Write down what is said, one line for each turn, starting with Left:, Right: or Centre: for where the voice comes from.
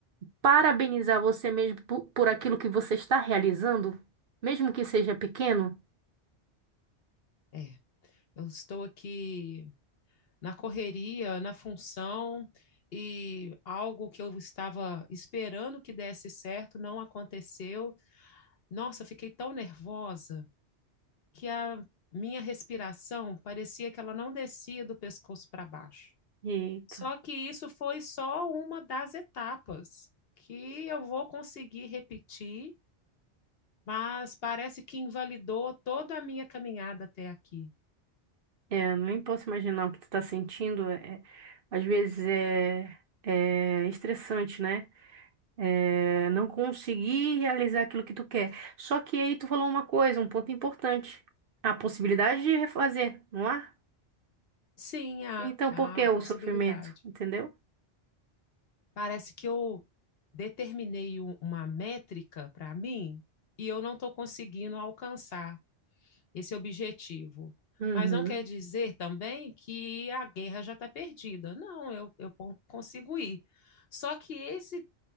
Right: parabenizar você mesmo por por, aquilo que você está realizando, mesmo que seja pequeno.
Left: É, eu estou aqui na correria, na função, e algo que eu estava esperando que desse certo não aconteceu. Nossa, eu fiquei tão nervosa. que a minha respiração parecia que ela não descia do pescoço para baixo.
Right: Eita,
Left: Só que isso foi só uma das etapas que eu vou conseguir repetir, mas parece que invalidou toda a minha caminhada até aqui.
Right: é, nem posso imaginar o que tu tá sentindo. É, às vezes é, é estressante, né? É, não conseguir realizar aquilo que tu quer. Só que aí tu falou uma coisa, um ponto importante. A possibilidade de refazer, não há?
Left: Sim, há,
Right: Então,
Left: há
Right: por que o
Left: possibilidade.
Right: sofrimento? Entendeu?
Left: Parece que eu determinei um- uma métrica para mim e eu não estou conseguindo alcançar. esse objetivo.
Right: Uhum.
Left: Mas não quer dizer também que a guerra já está perdida. Não, eu, eu consigo ir. Só que esse